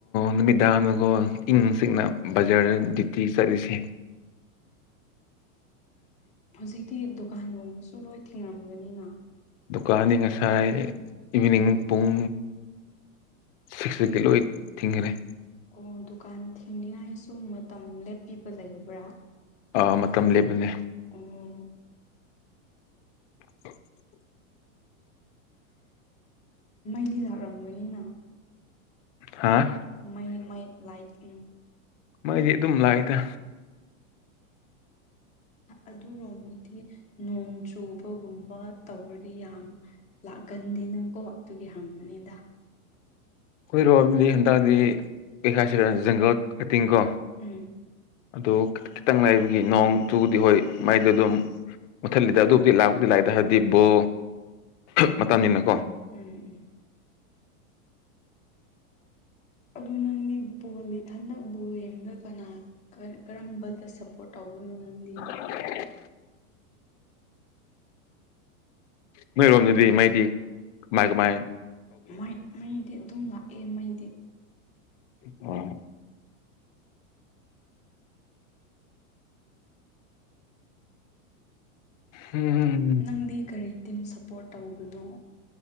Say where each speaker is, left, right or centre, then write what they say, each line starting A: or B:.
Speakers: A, on the left (about 60°); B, on the left (about 15°).
A: ꯅꯨꯃꯤꯗꯥꯡꯗꯀꯣ ꯏꯪꯅ ꯆꯤꯛꯅ ꯕꯖꯥꯔꯗ ꯗ꯭ꯌꯨꯇꯤ ꯆꯠꯂꯤꯁꯦ
B: ꯍꯧꯖꯤꯛꯇꯤ ꯗꯨꯀꯥꯟꯒꯨꯝꯕꯁꯨ ꯂꯣꯏ ꯊꯦꯡꯉꯝꯒꯅꯤꯅ
A: ꯗꯨꯀꯥꯟꯅꯤ ꯉꯁꯥꯏ ꯏꯚꯤꯅꯤꯡ ꯄꯨꯡ ꯁꯤꯛꯁꯇꯛꯇꯤ ꯂꯣꯏ ꯊꯤꯡꯒꯔꯦ
B: ꯑꯣ ꯗꯨꯀꯥꯟ ꯊꯤꯡꯅꯤꯡꯉꯥꯏꯁꯨ ꯃꯇꯝ ꯂꯦꯞꯄꯤꯕ ꯂꯩꯕ꯭ꯔꯥ
A: ꯑꯥꯎ ꯃꯇꯝ ꯂꯦꯞꯄꯤꯅꯦ
B: ꯑꯣ
A: <inaudible>
B: ꯃꯩꯗꯤ ꯂꯥꯛꯔꯝꯒꯅꯤꯅ
A: ꯍꯥꯥ
B: ꯃꯩ ꯃꯩ ꯂꯥꯏꯛ ꯎꯝ
A: ꯃꯩꯗꯤ ꯑꯗꯨꯝ ꯂꯥꯛꯏꯗ
B: ꯑꯗꯨꯔꯣꯝꯗꯗꯤ ꯅꯣꯡ ꯆꯨꯕꯒꯨꯝꯕ ꯇꯧꯔꯗꯤ ꯌꯥꯝ ꯂꯥꯛꯒꯟꯗꯦꯅꯀꯣ ꯑꯗꯨꯒꯤ ꯍꯪꯕꯅꯤꯗ
A: ꯑꯩꯈꯣꯏꯔꯣꯝꯗꯤ ꯍꯟꯗꯛꯗꯤ ꯀꯩꯈꯥꯁꯤꯔ ꯖꯪꯒꯜ ꯀꯇꯤꯡ ꯀꯣ
B: ꯎꯝ
A: ꯑꯗꯨ ꯈꯤ ꯈꯤꯇꯪ ꯂꯩꯥꯕꯒꯤ ꯅꯣꯡ ꯆꯨꯗꯤ ꯍꯣꯏ ꯃꯩꯗꯨ ꯑꯗꯨꯝ ꯃꯨꯠꯊꯠꯂꯤꯗ ꯑꯗꯨꯕꯨꯗꯤ ꯂꯥꯛꯄꯗꯤ ꯂꯥꯛꯏꯗ ꯍꯥꯏꯗꯤ ꯕꯣ ꯃꯇꯝꯅꯤꯅ ꯀꯣ
B: ꯎꯝ ꯎꯝ ꯑꯗꯨ ꯅꯪꯒꯤ ꯕꯣꯜ ꯍꯟꯗꯛ ꯕꯣꯜ ꯌꯦꯡꯕꯗ ꯀꯅꯥ ꯀ ꯀꯔꯝꯕꯇ ꯁꯄꯣ ꯑ ꯅꯗꯤ
A: ꯕꯂꯦ ꯃꯣꯏ ꯔꯣꯝꯗꯤ ꯃꯩꯗꯤ ꯃꯥꯥꯏꯒ ꯃꯥꯏ
B: ꯃꯥꯏ ꯃꯩꯗꯤ ꯑꯗꯨꯝ ꯂꯥꯛꯑꯦ ꯃꯩꯗꯤ
A: ꯎ ꯎꯝꯝ
B: ꯅꯪꯗꯤ ꯀꯔꯤ ꯇꯤꯝ ꯁꯞꯄꯣꯔꯠ ꯇꯧꯕꯅꯣ